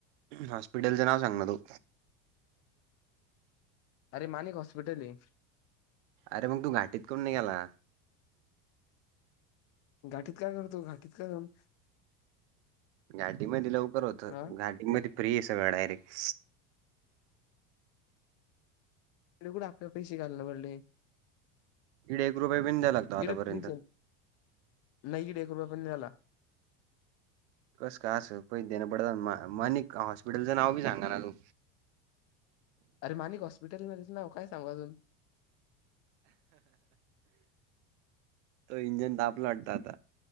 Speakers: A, on the right; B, on the left.
A: हॉस्पिटल च नाव सांगना तू
B: अरे माणिक हॉस्पिटल ये
A: अरे मग तू घाटीत कोमुन नाही गेला
B: घाठीत काय करतो घाठीत का करम
A: घाटीमध्ये लवकर होत
B: हा
A: घाटीमध्ये फ्री ये सगळं डायरेक्ट
B: इड कुड आपल पैसे घालणं पडले
A: इड एक रुपय बि द्याया लागतो
B: इकडे
A: आतापर्यंत
B: फ्रीज आहे नाही इड एक रुपया पन नहीं द्ययला
A: कस काय असं पैसे देणं पडत म मणिक हॉस्पिटलचं नाव बी सांगा ना तू
B: अरे मानिक हॉस्पिटल नरे त्याच नाव काय सांगु अजून
A: तो इंजन ताप तापला वाटत आता